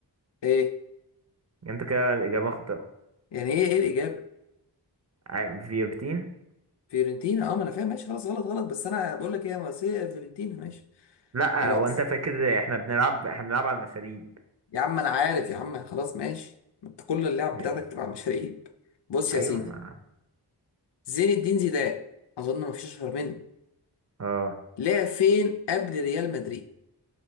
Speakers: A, on the left; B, on the right.
A: ايه
B: انت كده الاجابه خاطئه
A: يعني ايه ايه الاجابه
B: آه، فيورتين
A: فيورنتينا اه ما انا فاهم ماشي خلاص غلط غلط بس انا بقول لك ايه يا مارسيليا يا فيورنتينا ماشي
B: لا
A: خلاص
B: هو انت فاكر احنا بنلعب احنا بنلعب على المشاريب
A: يا عم انا عارف يا عم خلاص ماشي ما انت كل اللعب
B: ماشي
A: بتاعتك بتبقى مشاريب بص
B: ايوه
A: يا سيدي
B: ما
A: زين الدين زيدان اظن ما فيش اشهر منه
B: اه
A: لعب فين قبل ريال مدريد